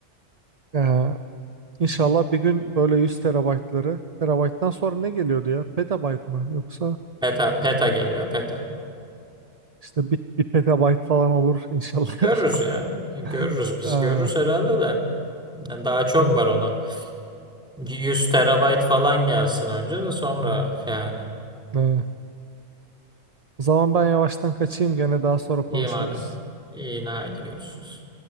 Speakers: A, on the right (about 35°); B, in the centre.
A: Ya, İnşallah
B: Hmm.
A: bir gün böyle 100 terabaytları terabayttan sonra ne geliyordu ya? Petabayt mı? Yoksa
B: Peta, peta geliyor peta.
A: işte bir, bir petabayt falan olur inşallah.
B: Görürüz ya
A: <laughs>
B: görürüz biz
A: Aa,
B: görürüz herhalde de Yani daha çok
A: hı,
B: var ona. 100 terabayt falan gelsin önce de sonra yani.
A: hı. O zaman ben yavaştan kaçayım gene daha sonra konuşuruz.
B: İyi madem. İyi haydi görüşürüz.